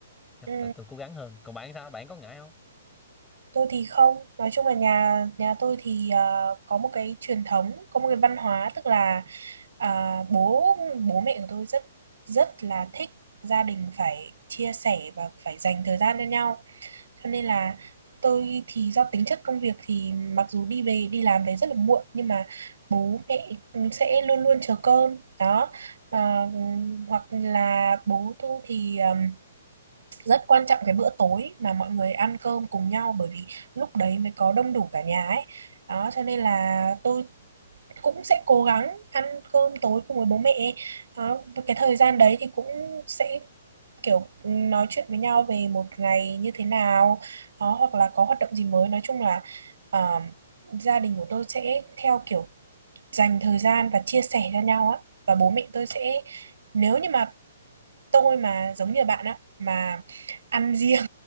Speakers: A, in the centre; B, on the right.
A: chắc
B: ừ.
A: là tôi cố gắng hơn còn bạn sao bạn có ngại không
B: Tôi thì không, nói chung là nhà nhà tôi thì ờ, có một cái truyền thống, có một cái văn hóa tức là à, bố bố mẹ của tôi rất rất là thích gia đình phải chia sẻ và phải dành thời gian cho nhau. Cho nên là tôi thì do tính chất công việc thì mặc dù đi về đi làm về rất là muộn nhưng mà bố mẹ sẽ luôn luôn chờ cơm đó Ờ, hoặc là bố tôi thì ừm, rất quan trọng cái bữa tối mà mọi người ăn cơm cùng nhau bởi vì lúc đấy mới có đông đủ cả nhà ấy đó cho nên là tôi cũng sẽ cố gắng ăn cơm tối cùng với bố mẹ đó, và cái
A: Ừ.
B: thời gian đấy thì cũng sẽ kiểu nói chuyện với nhau về một ngày như thế nào đó hoặc là có hoạt động gì mới nói chung là ờ, gia đình của tôi sẽ theo kiểu dành thời gian và chia sẻ cho nhau á và bố mẹ tôi sẽ nếu như mà tôi mà giống như bạn á mà ăn riêng